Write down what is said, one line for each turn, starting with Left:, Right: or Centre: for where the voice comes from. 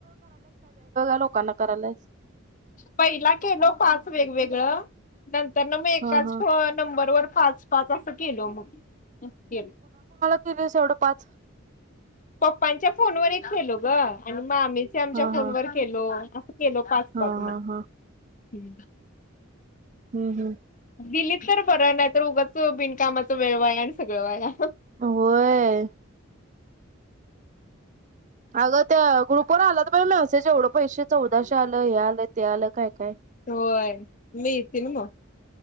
Right: लोकांना करायलास
Left: पहिला केलं पाच वेगवेगळं नंत तर मग एकाच
Right: हा हा
Left: नंबरवर पाच पाच असं केल मग मले
Right: त दिवस एवढं पाच
Left: पप्पांच्या फोनवररच केलो ग आणि म आम्हीच आमच्या
Right: हा
Left: फोन
Right: हा
Left: वर केलो अस केलो पाच
Right: हा
Left: पाच म
Right: हा
Left: ठी
Right: हा हम्म हम्म
Left: दिलीप तरर बरं नाही तर उगाच बिनकामाचं वेळ वाया आणि सगळं वया
Right: होय अगं त्या ग्रुपवर आला तर बाई मी असे एवढं पैसे चौदाशे आलं हे आलं ते आलं काय काय
Left: होय मी येते ना मग